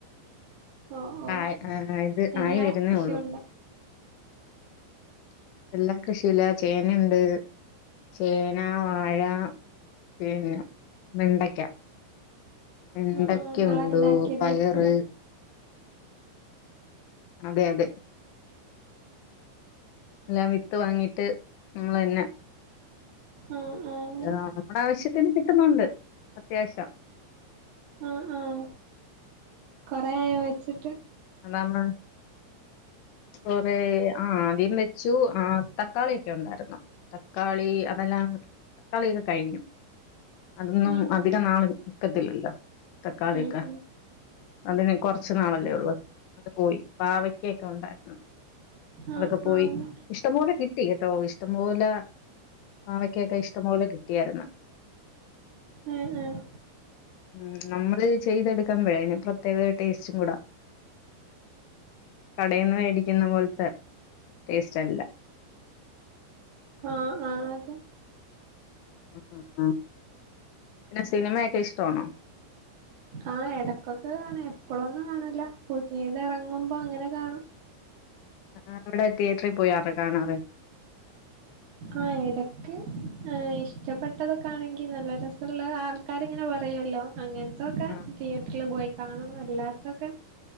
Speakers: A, on the right; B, on the left.
A: ഓഹ് ഓഹ്
B: ആയി ആ ആ ഇത്
A: എല്ലാ
B: ആയി വരുന്നേ
A: കൃഷിയുണ്ടോ
B: ഉള്ളു <unintelligible> എല്ലാ കൃഷിയില്ല ചേനയുണ്ട് ചേന വാഴ പിന്നെ വെണ്ടയ്ക്ക വണ്ടക്കയുണ്ടൂ
A: ആഹ് ആഹ് ഇങ്ങളന്നെ ഇണ്ടാക്കിയതായിരിക്കുംല്ലേ
B: പയറ് അതെ അതെ എല്ലാം വിത്ത് വാങ്ങിട്ട് നമ്മള് എന്നെ
A: ആഹ് ആഹ് അങ്ങനെ
B: ആ നമ്മുടെ ആവശ്യത്തിന് കിട്ടുന്നുണ്ട് അത്യാവശ്യം
A: ആഹ് ആഹ് കൊറേയായോ വച്ചി
B: <unintelligible> കുറേ ആഹ് അദ്യം വെച്ചു ആ തക്കാളിയൊക്കെ ഉണ്ടായിരുന്നു തക്കാളി അങ്ങ എല്ലാം തക്കാളി കഴിഞ്ഞു അതൊന്നും
A: ആഹ്
B: അധികം
A: ആഹ്
B: നാള് നിക്കത്തില്ലല്ലോ തക്കാളിയൊക്കെ
A: ഉം ഉം
B: അതിന് കൊറച്ച് നാള അല്ലെ ഉള്ളു അത് പോയി പാവക്കൊക്കെ ഉണ്ടായി അതൊക്കെ
A: ആഹ്
B: പോയി
A: ആഹ്
B: ഇഷ്ടം പോലെ കി കിട്ടി കേട്ടോ ഇഷ്ടംപോലെ പാവക്കൊക്കെ ഇഷ്ടംപോലെ കിട്ടിയാര്ന്ന്
A: ഉം ഉം
B: ഉം നമ്മള് ചെയ്തെടുക്കുമ്പഴെ അയിന് പ്രത്യേകത ടേസ്റ്റും കൂട കടയിന്ന് വേടിക്കുന്ന പോൽത്തെ ടേസ്റ്റ് അല്ല <inaudible>
A: ആഹ ആഹ അത്
B: ആ ആ പിന്നെ സിനിമയൊക്കെ ഇഷ്ടവാണോ
A: ആഹ് എടക്കൊക്കെ കാണും എപ്പളൊന്നും കാണലില്ല പുതിയത് എറങ്ങുമ്പോ അങ്ങനെ കാണും
B: ആ അവിടെ തിയേറ്ററി പോയ അത് കാണാറ്
A: ആഹ എടക്ക് ഏ ഇഷ്ടപ്പെട്ടതൊക്കെ ആണെങ്കി നല്ല രസമുള്ള ആൾക്കാരിങ്ങനെ പറയുവല്ലോ അങ്ങനത്തൊക്കെ
B: ആ
A: തിയേറ്ററില് പോയി കാണും അല്ലാത്തൊക്കെ